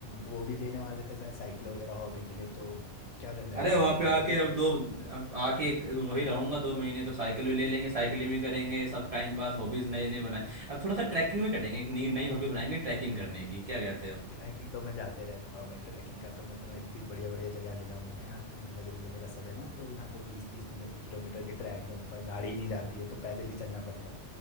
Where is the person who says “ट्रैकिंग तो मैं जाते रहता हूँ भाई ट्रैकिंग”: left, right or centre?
Left